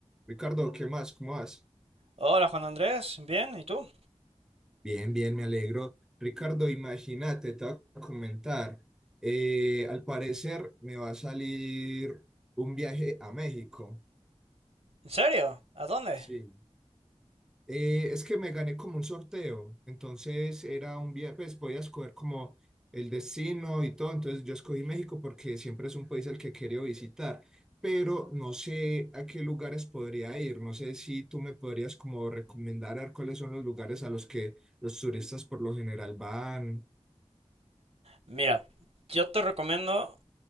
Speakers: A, in the centre; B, on the right.
A: Ricardo, ¿qué más? ¿Cómo vas?
B: Hola Juan Andrés, bien, ¿y tú?
A: Bien, bien, me alegro. Ricardo, imagínate, te voy a comentar. eh, al parecer me va a salir un viaje a México.
B: ¿En serio? ¿A dónde?
A: Sí. Eh, es que me gané como un sorteo, entonces era un viaje, pues podía escoger como el destino y todo, entonces yo escogí México porque siempre es un país al que quería visitar, pero no sé a qué lugares podría ir, no sé si tú me podrías como recomendar a ver cuáles son los lugares a los que los turistas por lo general van.
B: Mira, yo te recomiendo,